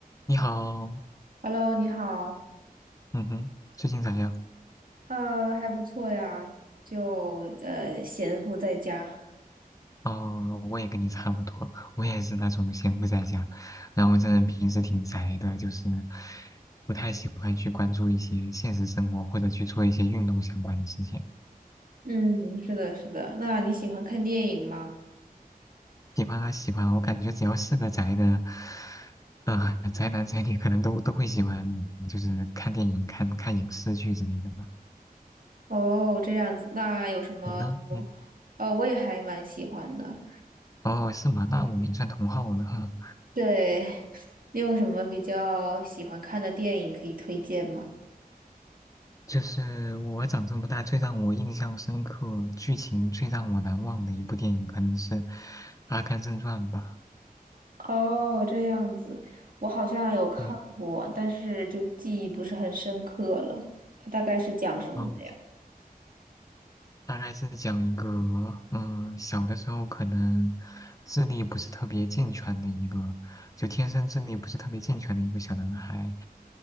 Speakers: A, on the left; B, on the right.
A: 你好，
B: Hello，你好，
A: 嗯哼，最近咋样？
B: 呃，还不错呀，就呃闲赋在家。
A: 哦，我也跟你差不多，我也是那种闲不在家，然后这人平时挺宅的，就是不太喜欢去关注一些现实生活或者去做一些运动相关的事情。
B: 嗯，是的，是的。那你喜欢看电影吗？
A: 喜欢啊喜欢啊，我感觉只要是个宅的，呃，宅男宅女可能都都会喜欢，就是看电影、看看影视剧之类的吧。
B: 哦，这样子，那有什么就，
A: 你呢？嗯，
B: 呃，我也还蛮喜欢的。
A: 哦，是吗？那我们也算同好了。嗯
B: 对，你有什么比较喜欢看的电影可以推荐吗？
A: 就是我长这么大最让我印象深刻、剧情最让我难忘的一部电影，可能是《阿甘正传》吧。
B: 哦，这样子，我好像有看过，
A: 对，
B: 但是就记忆不是很深刻了。它大概是讲什么的呀？
A: 嗯，大概是讲一个，嗯，小的时候可能智力不是特别健全的一个，就天生智力不是特别健全的一个小男孩，